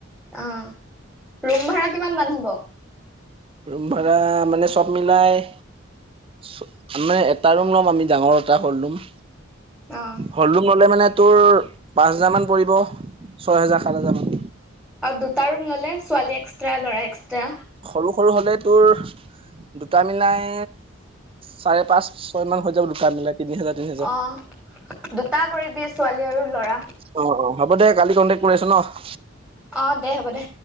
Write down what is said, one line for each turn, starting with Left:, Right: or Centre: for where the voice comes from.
Centre: অ', ৰুম ভাড়া কিমান মান হ'ব?
Right: ৰুম ভাড়া মানে চব মিলাই ম মানে এটা ৰুম ল'ম আমি ডাঙৰ এটা হ'ল ৰুম।
Centre: অ'।
Right: হ'ল ৰুম ল'লে মানে তোৰ পাঁচ হাজাৰ মান পৰিব ছয় হেজাৰ সাত হেজাৰ মান।
Centre: আৰু দুটা ৰুম ল'লে ছোৱালী এক্সট্ৰা ল'ৰা এক্সট্ৰা?
Right: সৰু সৰু হ'লে তোৰ দুটা মিলাই চাৰে পাঁচ ছয় মান হৈ যাব দুটা মিলাই তিনি হাজাৰ তিনি হাজাৰ
Centre: অ', দুটা কৰিবি ছোৱালী আৰু ল'ৰা।
Right: অ', অ', হ'ব দে কালি কণ্টেক কৰি আছো ন'?
Centre: অ', দে হ'ব দে।